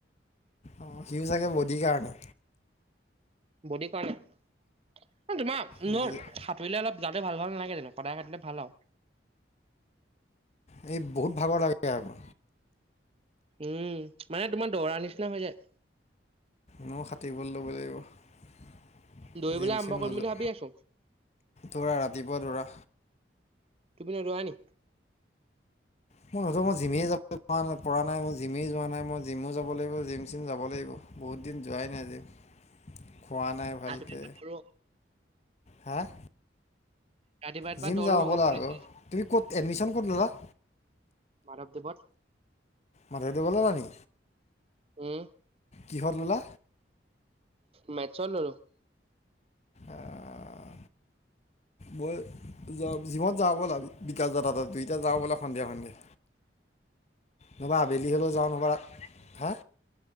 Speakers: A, on the left (about 35°); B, on the right (about 30°).
A: অ সিউ চাগে বদিৰ কাৰণে।
B: বডিৰ কাৰণে -। তোমাৰ ন
A: মই যে-
B: সাঁতুৰিলে অলপ যাতে ভাল ভাল নাগে। জানো সদায় সাটিলে ভাল আৰু-।
A: এই বহুত ভাগৰ লাগে আৰু।
B: উম মানে তোমাৰ দৌৰাৰ নিচিনা হৈ যায়।
A: মও সাঁতুৰিব বলৈ ল'ব লাগিব।
B: দৌৰিবলৈ
A: জিম
B: আৰম্ভ
A: চিম
B: কৰিম
A: নোযোৱা
B: বুলি ভাবি আছো
A: দৌৰা ৰাতিপুৱা দৌৰা।
B: তুমি নোজোৱা নি।
A: মই নহতো মই জিমেই যাব ন পৰা নাই মই জিমেই যোৱা নাই মই জিমও যাব লাগিব জিম চিম যাব লাগিব। বহুত দিন যোৱাই নাই আজি-।
B: <unintelligible>
A: খোৱা নাই ভালকে
B: ৰাতিপুৱা দৌৰো
A: হা-।
B: ৰাতিপুৱা ৰাতিপুৱা
A: জিম
B: দৌৰো
A: যাওঁ
B: আকৌ
A: ব'লা
B: পুলিচ
A: আ তুমি ক'ত এডমিশন ললা-।
B: মাধৱ দেৱত-।
A: মধৱদেৱত ললা নি।
B: উম।
A: কিহৰ ললা।
B: মেচ্ত ললো-। <unintelligible>
A: আহ, মই য জিমত যাওঁ ব'ল বিকাশ দাদা দুই যাওঁ বোলে সন্ধিয়া সন্ধিয়া।
B: <unintelligible>
A: ৰবা আবেলি হ'লেও যাওঁ নবা হা।